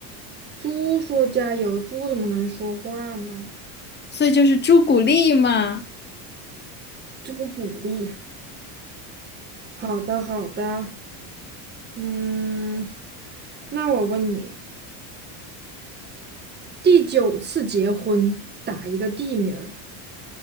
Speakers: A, on the right; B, on the left.
A: 猪说加油，猪怎么能说话呢？
B: 所以就是朱古力嘛。
A: 猪鼓励。好的，好的，嗯，那我问你，第九次结婚打一个地名儿，